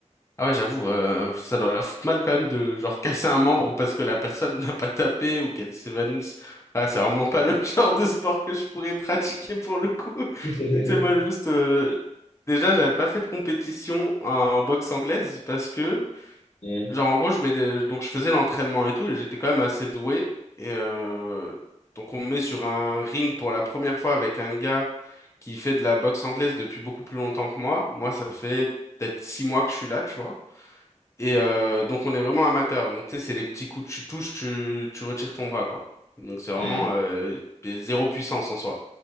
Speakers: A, on the left; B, on the left.
A: Ah ouais, j'avoue, euh, ça doit la foutre mal quand même de genre casser un membre parce que la personne <laughs> n'a pas tapé ou qu'elle s'évanouisse. Ah, c'est vraiment pas le <laughs> genre de sport que je pourrais pratiquer pour le coup. <laughs>
B: <laughs>
A: Tu sais, moi juste, euh, déjà, j'avais pas fait de compétition en boxe anglaise parce que,
B: Mm,
A: genre, en gros, je mets des- donc je faisais l'entraînement et tout et j'étais quand même assez doué et euh, donc on me met sur un ring pour la première fois avec un gars qui fait de la boxe anglaise depuis beaucoup plus longtemps que moi. Moi, ça fait peut-être six mois que je suis là, tu vois. Et euh, donc on est vraiment amateur. Donc tu sais, c'est des petits coups, que tu touches, tu, tu retires ton bras, quoi. Donc c'est vraiment
B: mm.
A: euh, des- zéro puissance en soi.